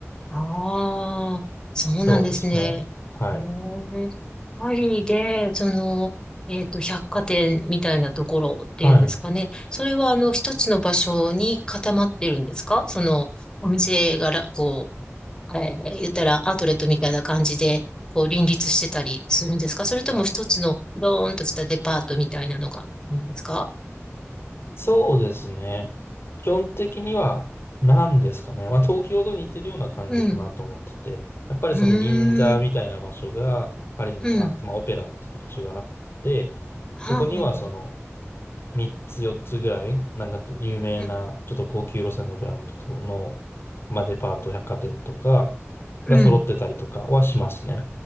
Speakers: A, on the left; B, on the left.
A: ああ、そうなんですね。
B: そうですね。はい。
A: へえ。パリで、その、えっと、百貨店みたいなところっていうんですかね。
B: はい。
A: それは、あの、一つの場所に固まってるんですかその、お店がら、こう、えー言ったらアウトレットみたいな感じで、こう、林立してたりするんですかそれとも一つの、ドーンとしたデパートみたいなのがいいんですか
B: そうですね。基本的には、何ですかね。まあ、東京と似てるような感じかなと思ってて、
A: うん。
B: やっぱりその銀座みたいな場所がパリにもあって、
A: うーん。うん。
B: まあ、オペラっていう場所があって、
A: はあ、
B: そこにはその、
A: はあはあ
B: 3つ4つぐらい、なんかって有名な、
A: うん。
B: ちょっと高級路線のブランドとの、まあ、デパート百貨店とか
A: うん。
B: が揃ってたりとかはしますね。